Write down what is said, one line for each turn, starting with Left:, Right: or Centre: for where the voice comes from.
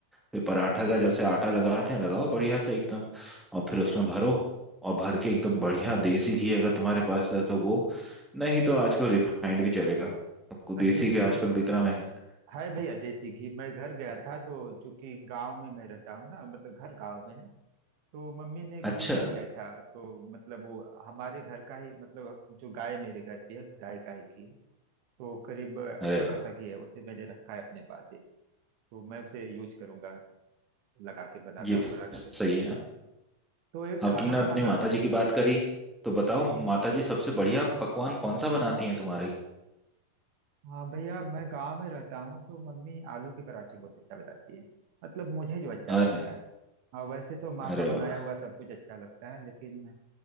Centre: फिर पराठा का जैसे आटा लगाते हैं लगाओ बढ़िया से एकदम और फिर उसमें भरो और भर के एकदम बढ़िया देसी घी अगर तुम्हारे पास है तो वो नहीं तो आजकल रिफाइंड भी चलेगा आपको
Right: और
Centre: देसी
Right: देसी
Centre: घी
Right: घी
Centre: आजकल इतना
Right: अ,
Centre: महंगा
Right: है भैया देसी घी मैं घर गया था तो चूंकि गांव में मैं रहता हूँ ना मतलब घर गांव में है तो मम्मी ने घी
Centre: अच्छा
Right: भी दिया था तो मतलब वो हमारे घर का ही मतलब जो गाय मेरे घर पे है उस गाय का ही घी है तो करीब अ, अच्छा
Centre: अरे वाह
Right: खासा घी है उसे मैंने रखा है अपने पास ही तो मैं उसे यूज करूंगा लगा के बनाता
Centre: ये
Right: हूँ
Centre: तो
Right: पराठा
Centre: सही है
Right: तो एक
Centre: अब
Right: खाना
Centre: तुमने अपनी
Right: बनाना
Centre: माता जी की बात करी तो बताओ
Right: जी भैया
Centre: माता जी सबसे बढ़िया पकवान कौन सा बनाती हैं तुम्हारी
Right: हाँ भैया मैं गांव में रहता हूँ तो मम्मी आलू के पराठे बहुत अच्छा बताती है मतलब मुझे जो अच्छा
Centre: अरे
Right: लगता है हाँ वैसे तो माँ
Centre: अरे
Right: का बनाया
Centre: वाह
Right: हुआ सब कुछ अच्छा लगता है लेकिन